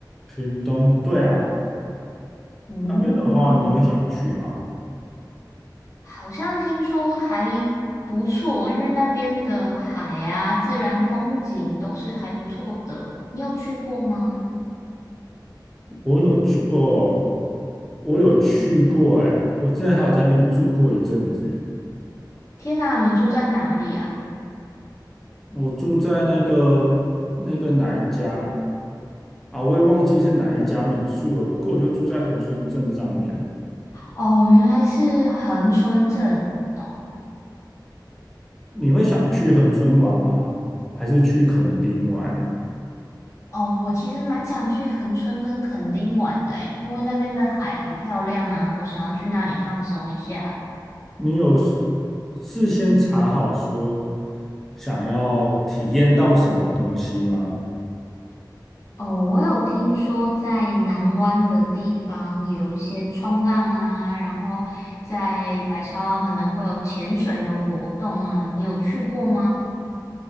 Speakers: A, in the centre; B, on the left.
A: 屏东，对啊，
B: 嗯，
A: 那边的话，你会想去吗？
B: 好像听说还不错，因为那边的海啊、自然风景都是还不错的。你有去过吗？
A: 我有去，哦，我有去过、欸，哎，我之前还有在那边住过一阵子，
B: 天哪，你住在哪里啊？
A: 我住在那个那个哪一家啊，我也忘记是哪一家民宿了，不过我就住在恒春镇上面。
B: 哦，原来是恒春镇哦。
A: 你会想去恒春玩吗？还是去垦丁玩？
B: 哦，我其实蛮想去恒春跟垦丁玩的诶，因为那边的海很漂亮啊，我想要去那里放松一下。
A: 你有事事先查好说想要体验到什么东西吗？
B: 哦，我有听说在南湾的地方有一些冲浪啊，然后在白沙湾可能会有潜水的活动啊，你有去过吗？